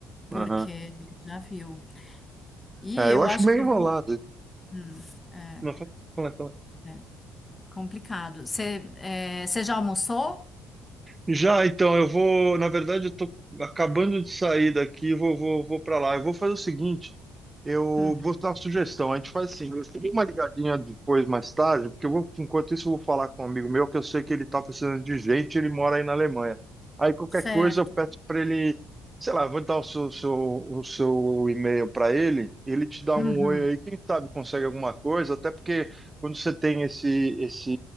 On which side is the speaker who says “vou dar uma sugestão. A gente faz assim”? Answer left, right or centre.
Right